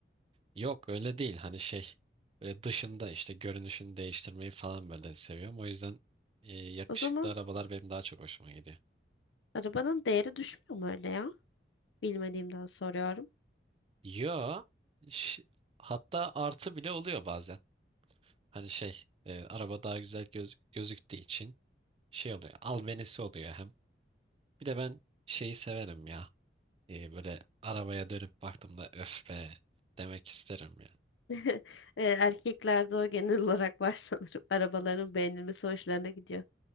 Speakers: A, on the right; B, on the left.
A: Yok öyle değil hani şey böyle dışında işte görünüşünü değiştirmeyi falan böyle seviyorum. O yüzden e, yakışıklı
B: O zaman
A: arabalar benim daha çok hoşuma gidiyor.
B: arabanın değeri düşmüyor mu öyle ya? Bilmediğimden soruyorum.
A: Yo ş- hatta artı bile oluyor bazen. Hani şey e, araba daha güzel göz, gözüktüğü için şey oluyor albenisi oluyor hem. Bir de ben şeyi severim ya E, böyle arabaya dönüp baktığımda öf be demek isterim ya.
B: <laughs> E, erkeklerde o genel olarak var sanırım. Arabaların beğenilmesi hoşlarına gidiyor.